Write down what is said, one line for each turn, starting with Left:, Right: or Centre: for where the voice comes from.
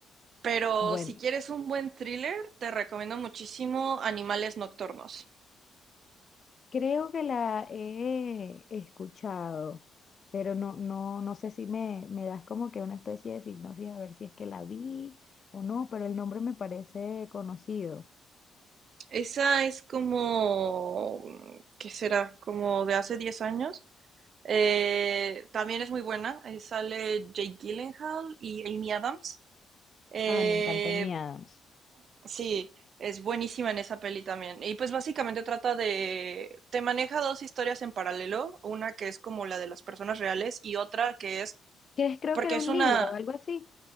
Right: Pero
Left: Bueno,
Right: si quieres un buen thriller, te recomiendo muchísimo Animales Nocturnos.
Left: creo que la he escuchado, pero no, no, no sé si me, me das como que una especie de hipnosis a ver si es que la vi o no, pero el nombre me parece conocido.
Right: Esa es como, mm, ¿qué será? Como de hace 10 años. Eh, también es muy buena. Eh, sale Jake Gyllenhaal y Amy Adams. Eh,
Left: Ay, me encanta Amy Adams.
Right: Sí, es buenísima en esa peli también. Y pues básicamente trata de, te maneja dos historias en paralelo, una que es como la de las personas reales y otra que es,
Left: Que es- creo
Right: porque
Left: que era
Right: es
Left: un
Right: una,
Left: libro, o algo así,